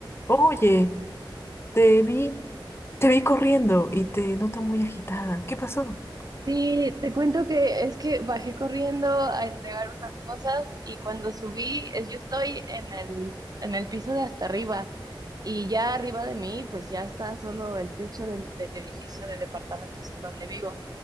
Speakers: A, on the left; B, on the right.
A: Oye, te vi, te vi corriendo y te noto muy agitada. ¿Qué pasó?
B: Sí, te cuento que es que bajé corriendo a entregar unas cosas y cuando subí, es- yo estoy en el, en el piso de hasta arriba y ya arriba de mí, pues ya está solo el techo del, del edificio de departamentos en donde vivo.